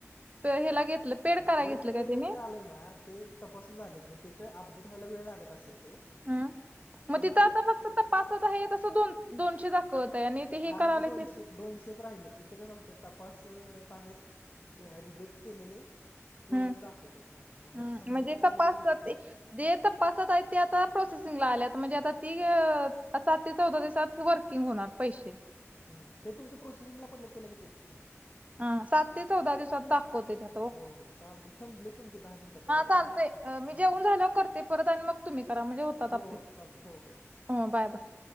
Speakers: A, on the right; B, on the left.
A: हेला घेतलं पेड
B: जे
A: कराय घेतलं
B: पेमेंट
A: काय त्यानी
B: आलंय ते तपासून झालेत मग तिथं अपडेट व्हायला वेळ लागत असेल ते
A: हम मग
B: पण
A: तिथं
B: ते
A: आता फक्त तपासात आहे अस दोन दोनशे दाखवत आहे आणि ते
B: हा
A: हे
B: म्हणजे
A: करायलय
B: दोनशे
A: ते
B: दोनशेच राहिले आहेत तिथं कसं असतं तपासत आहेत रिजेक्ट केलेले एवढंच
A: हम्म
B: दाखवतं हां मगर
A: हम्म.
B: समरजी
A: म्हणजे तपासात
B: केलेली तुमची की
A: ते तपासात आहे ते आता प्रोसेसिंगला आले म्हणजे आता ती आ सात ते चौदा दिवसात वर्किंग होणार पैसे
B: हम ते तुमचे प्रोसेसिंगला पडले ते लगेच येतात
A: हा सात ते चौदा दिवसात दाखवते ह
B: हो हो चालते संपले तुमचे दहा मिनटात या
A: चालतंय मी
B: हां
A: जेवन झाल करते परत आणि मग तुम्ही करा म्हणजे होतात
B: हो
A: आपले
B: हो चालते हो
A: हो बाय, बाय